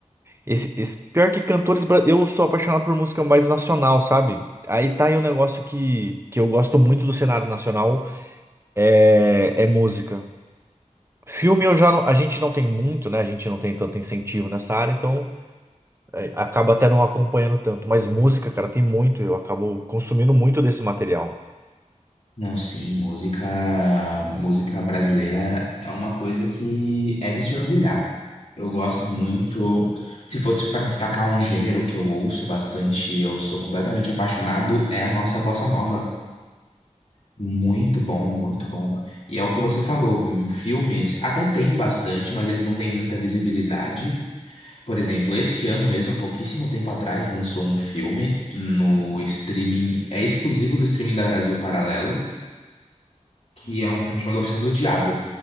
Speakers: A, on the right; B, on the left.
A: Esse, esse- pior que cantores. bra- Eu sou apaixonado por música mais nacional, sabe? Aí tá aí um negócio que, que eu gosto muito do cenário nacional: é, é música. Filme eu já não- a gente não tem muito, né? A gente não tem tanto incentivo nessa área, então é, acaba até não acompanhando tanto. Mas música, cara, tem muito. Eu acabo consumindo muito desse material.
B: Não, sim, música, música brasileira é uma coisa que é de se orgulhar. Eu gosto muito. Se fosse para destacar um gênero que eu ouço bastante, eu sou completamente apaixonado, é a nossa bossa nova. Muito bom, muito bom. E é o que você falou, hum, filmes até tem bastante, mas eles não têm muita visibilidade. Por exemplo, esse ano mesmo, há pouquíssimo tempo atrás, lançou um filme no streaming, é exclusivo do streaming da Brasil Paralelo, que é um filme chamado Oficina do Diabo.